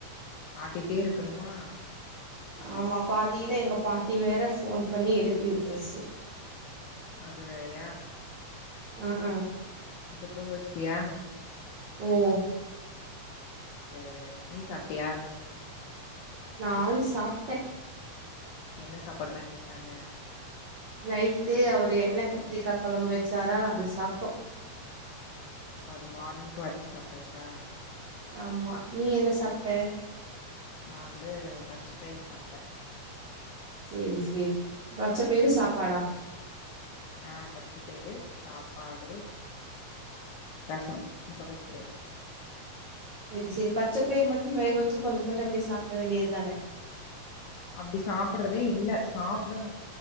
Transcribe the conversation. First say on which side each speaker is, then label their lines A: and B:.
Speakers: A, on the left; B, on the right.
A: ஆட்டிட்டே இருக்கணுமா
B: ஆமா பாதில எங்க பாட்டி வேற போன் பண்ணி எழுப்பி விட்டுருச்சு
A: அது வேறையா
B: ம் ம்
A: எங்க தூங்க வச்சுட்டியா
B: ம்
A: சேரி நீ சாப்டியா
B: நான் சாப்டே
A: என்ன சாப்பாடு பண்ணி வச்சாங்க
B: நைட்டு அவரு என்ன கத்திரிக்காய் கொழம்பு வச்சாரா அது சாப்டோ
A: ஓ அது மார்னிங்க்கு வச்சு சாப்டாச்சா
B: ஆமா நீ என்ன சாப்ட்ட
A: நான் கவந்து பச்சை பயிர் சாப்பிட்டேன்
B: சேரி கேரி பச்ச பயிறு சாப்பாடா
A: அ பச்சைப்பயிறு சாப்பாடு ரசம் முட்ட கோஸ் பொரியல்
B: செரி செரி பச்சைப்பயர் மட்டு வேக வச்சு கொஞ்ச கொஞ்ச அப்டியே சாப்ட வேண்டியது தானே
A: அப்டி சாப்டறதே இல்ல சாப்டணு